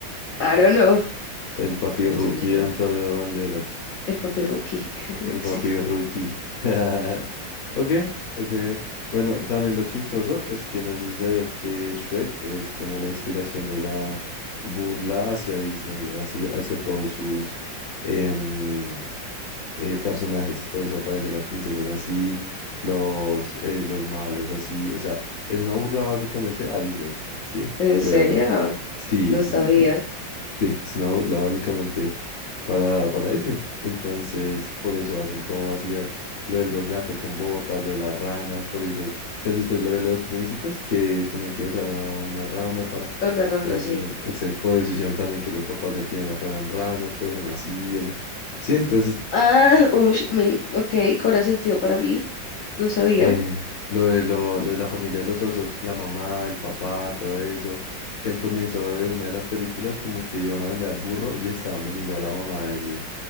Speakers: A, on the left; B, on the left.
A: I don't know.
B: el papi
A: No estoy
B: rookie
A: muy segura.
B: de Antonio Banderas.
A: El papi Rookie. <laughs>
B: El papi
A: Sí.
B: rookie. <laughs> Ok, ok. Bueno, también lo chistoso es que no sé si sabías que Shrek es como la inspiración de la burla hacia Disney, hacia, hacia todos sus em, eh, personajes. Por eso aparecen las princesas así, los, eh, los malos así. O sea, es una burla básicamente a Disney, ¿sí?
A: ¿En
B: Y
A: serio?
B: obviamente. Sí,
A: No
B: sí,
A: sabía.
B: sí, sí. Sí, es una burla básicamente para, para Disney. Entonces, por eso hacen todo así, eh, lo del gato con botas, lo de las ranas, por eso, ¿si has visto lo de los príncipes que tenían que besar a una rana para,
A: Una rana
B: eh,
A: así.
B: excepto por decisión también que los papás de Fiona fueran ranas, pero son así. ento- sí, entonces,
A: Ah, ush, me, ok, cobra sentido para mí. No sabía.
B: eh, lo de, lo, lo de la familia de los osos, la mamá, el papá, todo eso, que al comienzo de una de las películas como que iban a vender al burro y estaban vendiendo a la mamá del